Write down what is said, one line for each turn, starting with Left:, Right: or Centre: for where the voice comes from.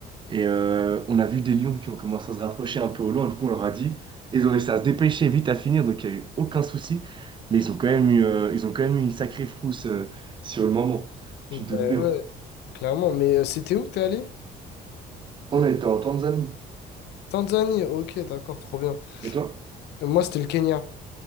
Right: Et euh, on a vu des lions qui ont commencé à se rapprocher un peu au loin, du coup, on leur a dit. Ils ont réussi à se dépêcher vite à finir, donc il n'y a eu aucun souci. Mais ils ont quand même eu, euh, ils ont quand même eu une sacrée frousse euh, sur le moment.
Left: Ben
Right: Tu te
Left: ouais,
Right: doutes bien.
Left: ouais, clairement. Mais euh, c'était où que t'es allé?
Right: On a été en Tanzanie.
Left: Tanzanie, ok, d'accord, trop bien.
Right: Et toi?
Left: Euh, Moi, c'était le Kenya,